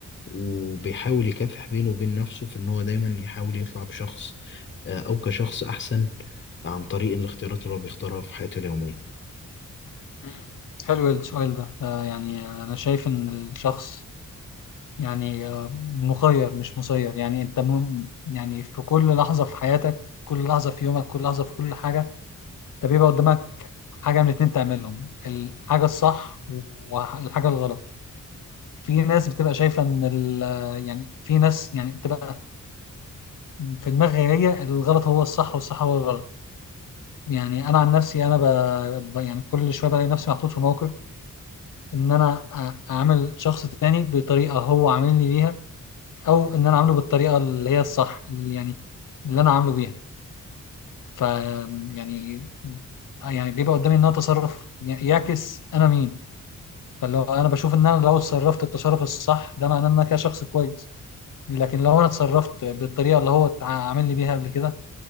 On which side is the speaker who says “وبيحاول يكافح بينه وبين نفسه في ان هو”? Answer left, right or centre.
Left